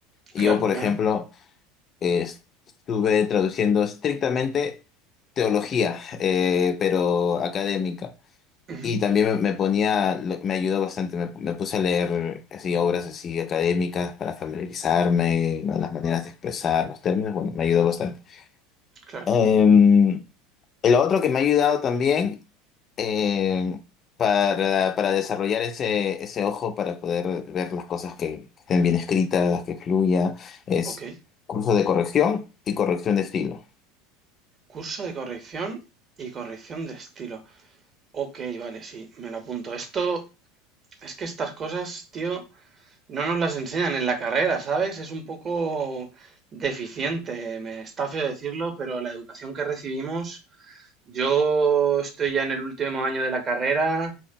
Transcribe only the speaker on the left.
Yo, por
ejemplo, es- estuve traduciendo estrictamente teología, eh, pero académica.
Y también me, me ponía, lo- me ayudó bastante, me, me puse a leer así, obras así académicas para familiarizarme, ¿no? las maneras de expresar los términos, bueno, me ayudó bastante.
Em, lo otro que me ha ayudado también eh, para, para desarrollar ese, ese ojo, para poder ver las cosas que estén bien escritas, que fluya, es
cursos de corrección y corrección de estilo.